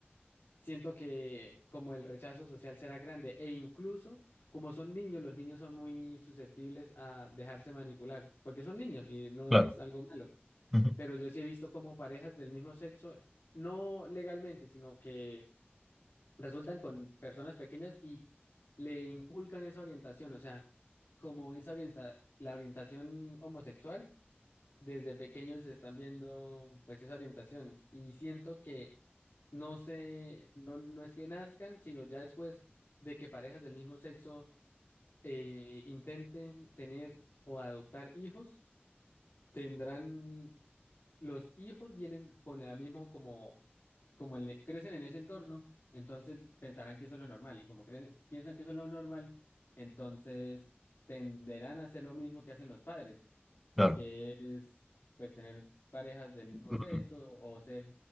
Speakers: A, on the left; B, in the centre.
A: Siento que como el rechazo social será grande e incluso como son niños, los niños son muy susceptibles a dejarse manipular porque son niños y no
B: Claro,
A: es algo malo.
B: <laughs> ujú,
A: Pero yo sí he visto como parejas del mismo sexo, no legalmente, sino que resultan con personas pequeñas y le inculcan esa orientación, o sea, como esa orienta- la orientación homosexual desde pequeños se están viendo pues esa orientación y siento que no se, no, no es que nazcan, sino ya después de que parejas del mismo sexo eh, intenten tener o adoptar hijos, tendrán, los hijos vienen con la mismo como, como el- crecen en ese entorno, entonces pensarán que eso es lo normal y como cre- piensan que eso es lo normal, entonces tenderán a hacer lo mismo que hacen los padres
B: claro.
A: que es pues tener parejas del mismo
B: Ujú.
A: sexo o ser